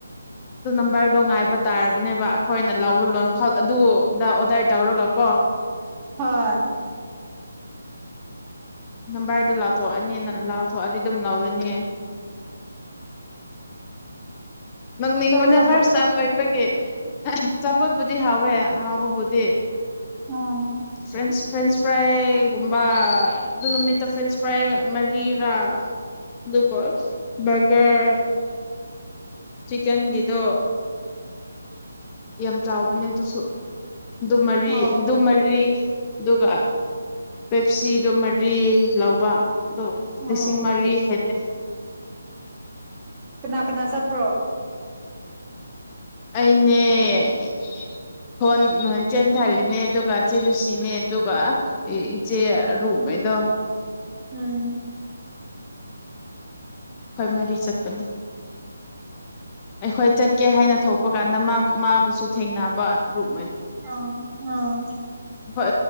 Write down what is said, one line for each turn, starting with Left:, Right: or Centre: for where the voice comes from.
Left: ꯑꯗꯨ ꯅꯝꯕꯔꯗꯣ ꯉꯥꯏꯕ ꯇꯥꯔꯕꯅꯦꯕ ꯑꯩꯈꯣꯏꯅ ꯂꯧꯕꯂꯣ ꯑꯗꯨꯗ ꯑꯣꯗꯔ ꯇꯧꯔꯒ ꯀꯣ
Right: ꯍꯣꯏ
Left: ꯅꯝꯕꯔꯗꯣ ꯂꯥꯎꯊꯣꯛꯑꯅꯤ ꯂꯥꯎꯊꯣꯛꯑꯗꯤ ꯑꯗꯨꯝ ꯂꯧꯔꯅꯤ ꯅꯪꯅꯤꯡꯕꯅ
Right: ꯑꯗꯣ ꯆꯠꯄ
Left: ꯐꯥꯔꯁ ꯇꯥꯏꯝ ꯑꯣꯏꯕꯒꯤ ꯆꯆꯥꯄꯣꯠꯄꯨꯗꯤ ꯍꯥꯎꯋꯦ ꯍꯥꯎꯕꯕꯨꯗꯤ
Right: ꯎꯝ
Left: ꯐ꯭ꯔꯦꯟꯁ ꯐ꯭ꯔꯦꯟꯁ ꯐ꯭ꯔꯥꯏꯒꯨꯝꯕ ꯑꯗꯨ ꯅꯨꯃꯤꯠꯇ ꯐ꯭ꯔꯦꯟꯁ ꯐ꯭ꯔꯥꯏ ꯃꯔꯤꯔꯥ ꯑꯗꯨꯀꯣ ꯕꯔꯒꯔ ꯆꯀꯦꯟꯒꯤꯗꯣ ꯌꯥꯝ ꯆꯥꯎꯕꯅꯦ ꯑꯗꯨꯁꯨ ꯗꯨꯃꯔꯤ
Right: ꯑꯣ
Left: ꯗꯨꯃꯔꯤ ꯑꯗꯨꯒ ꯄꯦꯞꯁꯤꯗꯣ ꯃꯔꯤ ꯂꯧꯕ ꯑꯗꯨꯣ ꯂꯤꯁꯤꯡ
Right: ꯑꯣ
Left: ꯃꯔꯤ ꯍꯦꯜꯂꯦ
Right: ꯀꯅꯥ ꯀꯅꯥ ꯆꯠꯄ꯭ꯔꯣ
Left: ꯑꯩꯅꯦꯣꯟ ꯏꯆꯦꯟ ꯊꯥꯂꯤꯅꯦ ꯑꯗꯨꯒ ꯏꯆꯦꯜꯂꯨꯁꯤꯅꯦ ꯑꯗꯨꯒ ꯏꯆꯦ ꯑꯔꯨꯉꯩꯗꯣ
Right: ꯎꯝ
Left: ꯑꯩꯈꯣꯏ ꯃꯔꯤ ꯆꯠꯄꯅꯤ ꯑꯩꯈꯣꯏ ꯆꯠꯀꯦ ꯍꯥꯏꯅ ꯊꯣꯛꯄ ꯀꯥꯟꯗ ꯃꯥꯕꯨꯁꯨ ꯊꯦꯡꯅꯕ ꯔꯨꯞ
Right: ꯑꯥ ꯑꯥ
Left: ꯍꯣꯏ